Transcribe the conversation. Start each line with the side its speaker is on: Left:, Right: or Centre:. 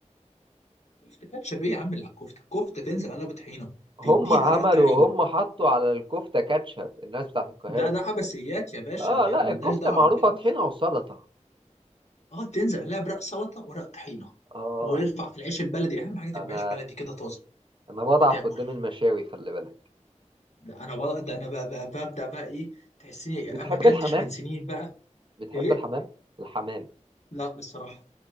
Left: كفته كاتشب ايه يا عم اللي على الكفته كفته تنزل عليها بطحينه
Right: هم
Left: تديها
Right: عملوا
Left: رق طحينه
Right: هم حطوا على الكفتة كاتشب الناس بتاعت القاهرة
Left: ده ده عبثيات يا باشا
Right: اه
Left: ده احنا
Right: لا
Left: ملناش
Right: الكفتة
Left: دعوه
Right: معروفة
Left: بالكلام
Right: طحينة وسلطة
Left: اه تنزل عليها برق سلطه ورق طحينه
Right: اه
Left: وارفع في العيش البلدي اهم حاجه تبقى
Right: انا
Left: عيش بلدي كده طازه
Right: انا بضعف
Left: وتاكل
Right: قدام المشاوي خلي بالك
Left: ده انا بقى ده انا بقى بقى ببدا بقى ايه تحسني
Right: بتحب
Left: ما اكلتش
Right: الحمام
Left: من سنين بقى
Right: بتحب
Left: ايه
Right: الحمام الحمام
Left: لا الصراحه